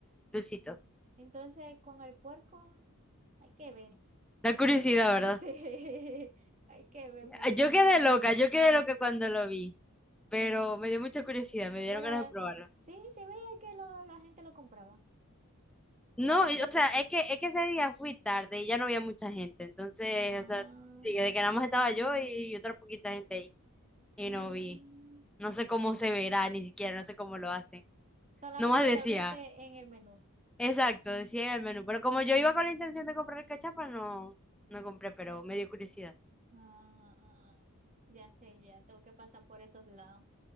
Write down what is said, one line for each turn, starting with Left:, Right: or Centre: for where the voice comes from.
Centre: dulcitos.
Right: Entonces, con el puerco hay que ver.
Centre: La curiosidad, ¿verdad?
Right: Sí, <laughs> hay que ver porque
Centre: Ah, Yo
Right: no
Centre: quedé
Right: sé.
Centre: loca, yo quedé loca cuando lo vi. pero me dio mucha curiosidad, me dieron
Right: Pero
Centre: ganas
Right: eh,
Centre: de probarla.
Right: sí, se veía que lo- la gente lo compraba.
Centre: No,
Right: No, no
Centre: y-
Right: te
Centre: o
Right: fíes.
Centre: sea, es que, es que ese día fui tarde y ya no había mucha gente, entonces,
Right: Ah,
Centre: o sea, sí, de que nada más estaba yo y otra poquita gente ahí, y
Right: mm,
Centre: no vi. No sé cómo se verá, ni siquiera, no sé cómo lo hacen.
Right: solamente
Centre: Nomás decía,
Right: lo viste en el menú.
Centre: exacto, decía en el menú, pero como yo iba con la intención de comprar cachapa, no, no compré, pero me dio curiosidad.
Right: Ah, ya sé, ya tengo que pasar por esos lados.